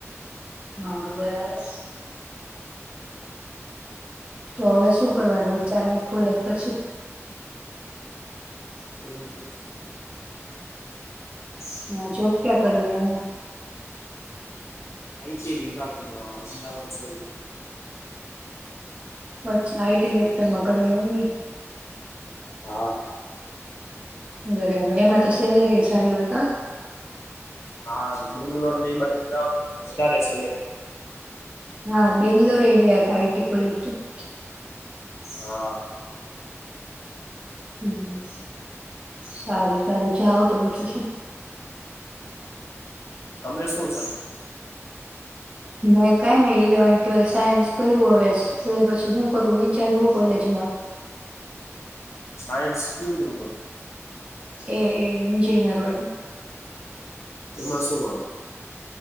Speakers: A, on the right; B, on the left.
A: હા. બરાબર. તો હવે શું કરવાનું વિચાર હ કોલેજ પછી?
B: કોલેજ પ <unintelligible>
A: હા, જોબ ક્યા કર રહા હાય.
B: આઈ ટી વિભાગમાં અમદાવાદ છે ને.
A: <unintelligible> <unintelligible>
B: હા.
A: બરાબર એમાં તો સેલરી સારી હોય ત.
B: હા, બેંગ્લોર ને એ બાજુ જાઓ તો વધારે સલેરી.
A: હા, બેંગલુરે આઈ ટટી કોલેજ. તો <inaudible>
B: હા.
A: હમ્મ સારું સારું. જાઓ તો બીજું શું.
B: તમે શું.
A: મેં કઈ ને ઇલેવન ટ્વેલ સાયન્સ કર્યું હવે ટ્વેલ પછી શું કરું વિચારવું કોલેજમાં.
B: સાયન્સ બરોબર.
A: એ એ. <unintelligible>
B: એમાં શું આવે?